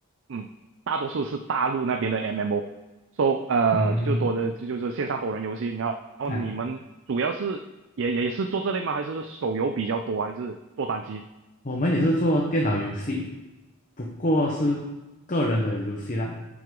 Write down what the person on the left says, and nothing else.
嗯，
哎，
我们也是做电脑游戏，不过是个人的游戏啦。